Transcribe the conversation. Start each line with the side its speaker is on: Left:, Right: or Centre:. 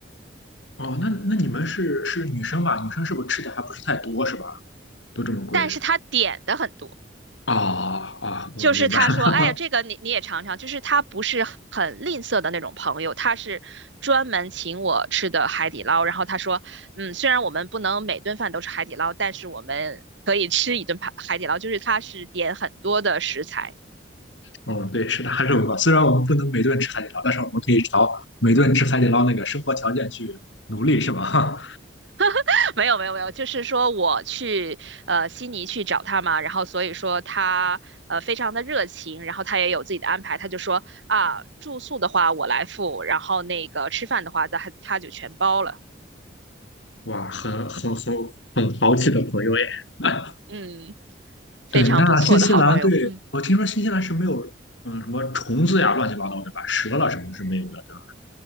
Left: 哦，那那你们是是女生吧？女生是不是吃的还不是太多是吧？都这么贵？
Right: 但是他点的很多。
Left: 啊啊，我明白了。
Right: 就是他说，哎呀，这个你你也尝尝，就是他不是很吝啬的那种朋友，他是专门请我吃的海底捞。然后他说，嗯，虽然我们不能每顿饭都是海底捞，但是我们可以吃一顿海海底捞，就是他是点很多的食材。
Left: 嗯，对，是大肉吧？虽然我们不能每顿吃海底捞，但是我们可以朝每顿吃海底捞那个生活条件去努力，是吧？
Right: <laughs> 没有没有没有，就是说我去呃悉尼去找他嘛，然后所以说他呃非常的热情，然后他也有自己的安排，他就说啊住宿的话我来付，然后那个吃饭的话他他就全包了，
Left: <laughs> 哇，很很很很豪气的朋友耶！<laughs>
Right: 嗯。非常不错的好朋友。
Left: 对，那新西兰对我听说新西兰是没有，
Right: 嗯，
Left: 嗯，什么虫子呀，乱七八糟，对吧？蛇了什么是没有的，对吧？